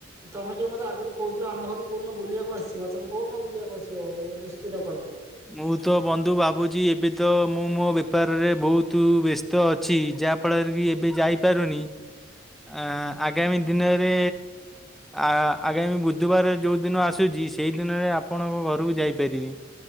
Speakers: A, on the right; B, in the centre.
A: ତମେ ଯୋଉ ମତେ ଆଗରୁ କହୁଥିଲ ଆମ ଘରକୁ କଉ ଦିନ ବୁଲିବାକୁ ଆସିବ ତମେ କୋଉଦିନ ବୁଲିବାକୁ ଆସିବ ବୋଲି ସ୍ଥିର କଲ୍?
B: ମୁଁ ତ ବନ୍ଧୁ ଭାବୁଛି ଏବେ ତ ମୁଁ ମୋ ବେପାରରେ ବହୁତୁ ବେଶ୍ ତ ଅଛି ଯାହାଫଳରେ କି ଏବେ ଯାଇପାରୁନି। ଆଁ ଆଗାମୀ ଦିନରେ। ଆ ଆଗାମୀ ବୁଧୁବାର ଯଉ ଦିନ ଆସୁଛି ସେଇ ଦିନରେ ଆପଣଙ୍କ ଘରକୁ ଯାଇପାରିବି।